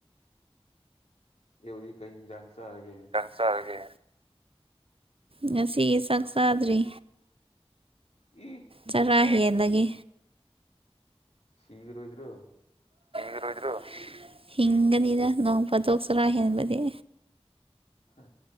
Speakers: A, on the left; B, on the right.
A: ꯌꯩꯗꯤ ꯀꯩ ꯍꯤꯟꯖꯥꯡ ꯆꯥꯔꯒꯦ
B: ꯆꯔꯒꯦ ꯉꯁꯤꯒꯤ ꯆꯥꯛ ꯆꯥꯗ꯭ꯔꯤ
A: ꯏ
B: ꯆꯔꯥ ꯍꯦꯟꯂꯒꯦ
A: ꯁꯤꯈꯤꯔꯣꯏ ꯗꯣ
B: ꯏꯔꯣꯏꯗ꯭ꯔꯣ ꯍꯤꯡꯒꯅꯤꯗ ꯅꯣꯡ ꯐꯥꯗꯣꯛꯆꯔꯥ ꯍꯦꯟꯕꯗꯤ
A: ꯍꯥ